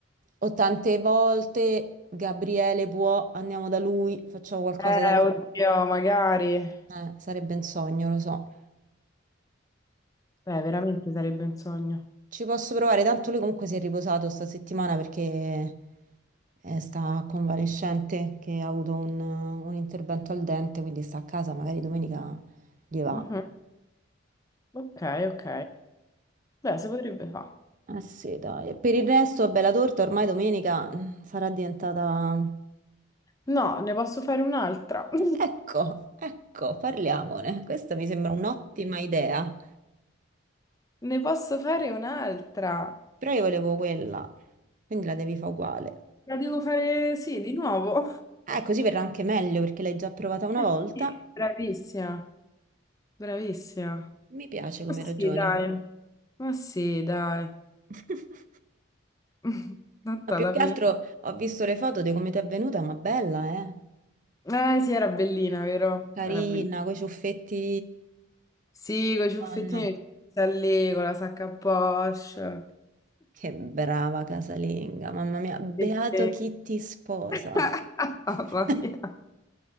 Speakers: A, on the right; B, on the left.
A: o tante volte Gabriele può, andiamo da lui, facciamo qualcosa
B: Eh,
A: da lui.
B: oddio, magari.
A: Eh, sarebbe un sogno, lo so.
B: Beh, veramente sarebbe un sogno.
A: Ci posso provare, tanto lui comunque si è riposato sta settimana perché eh, sta convalescente che ha avuto un, un intervento al dente, quindi sta a casa, magari domenica gli va.
B: Mhm. Ok, ok. Beh, si potrebbe fare.
A: Eh sì, dai. E Per il resto, bella torta, ormai domenica mm, sarà diventata... <laughs>
B: No, ne posso fare un'altra. <laughs>
A: Ecco, ecco, parliamone. Questa mi sembra un'ottima idea,
B: Ne posso fare un'altra.
A: però io volevo quella, quindi la devi fare uguale.
B: La devo fare, sì, di nuovo.
A: Eh, così verrà anche meglio perché l'hai già provata una
B: Eh
A: volta.
B: sì, Bravissima, bravissima.
A: Mi piace come
B: Ma sì,
A: ragioni.
B: dai. Ma sì, dai.
A: <laughs>
B: <laughs> Tanto
A: Ma più
B: alla
A: che
B: fine.
A: altro ho visto le foto di come ti è venuta, ma bella, eh?
B: Eh sì, era bellina, vero?
A: Carina,
B: Era bellina.
A: coi ciuffetti.
B: Sì, con i ciuffettini,
A: Madonna,
B: sta lì, con la sacca a poche.
A: Che brava casalinga, mamma mia, beato
B: <laughs>
A: chi ti sposa.
B: <laughs> Mamma
A: <laughs>
B: mia.